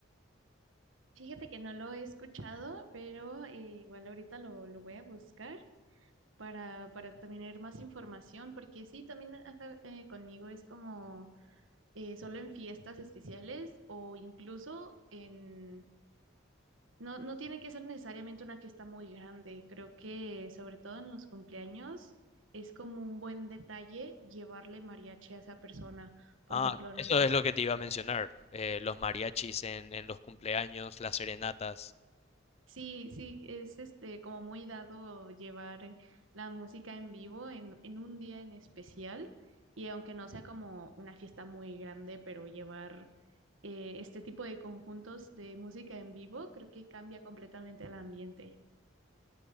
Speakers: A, on the right; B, on the left.
A: Fíjate que no lo he escuchado, pero eh, igual ahorita lo, lo voy a buscar para, para también tener más información, porque sí, también acá eh, conmigo es como eh, solo en fiestas especiales o incluso en, No, no tiene que ser necesariamente una fiesta muy grande. Creo que sobre todo en los cumpleaños es como un buen detalle llevarle mariachi a esa persona. Por
B: Ah,
A: ejemplo, no
B: eso
A: sé,
B: es lo que te iba a mencionar. eh, los mariachis en, en los cumpleaños, las serenatas.
A: sí, sí, es este como muy dado llevar eh, la música en vivo en, en un día en especial. Y aunque no sea como una fiesta muy grande, pero llevar eh, este tipo de conjuntos de música en vivo, creo que cambia completamente el ambiente.